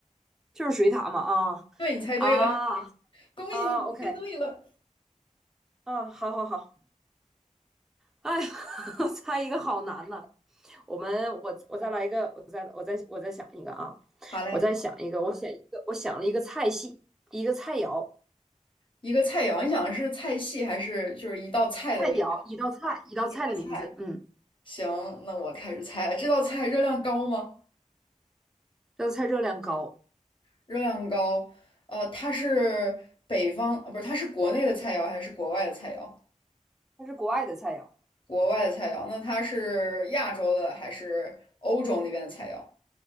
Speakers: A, in the centre; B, on the left (about 40°).
A: 就是水獭嘛啊啊
B: 对，你猜对了，恭喜你猜对了。
A: 啊，OK 啊，好好好，哎呀 <laughs> 猜一个好难呐、我们我我再来一个，我再我再我再想一个啊，
B: 好嘞，
A: 我再想一个，我想一个，我想了一个菜系，一个菜肴。
B: 一个菜肴，你想的是菜系还是就是一道菜的名称？
A: 菜肴，一道菜，一道菜的名字。
B: 一道菜。
A: 嗯，
B: 行，那我开始猜了，这道菜热量高吗？
A: 这道菜热量高，
B: 热量高，呃，它是北方，呃不是，它是国内的菜肴还是国外的菜肴？
A: 它是国外的菜肴，
B: 国外的菜肴，那它是亚洲的还是欧洲那边的菜肴？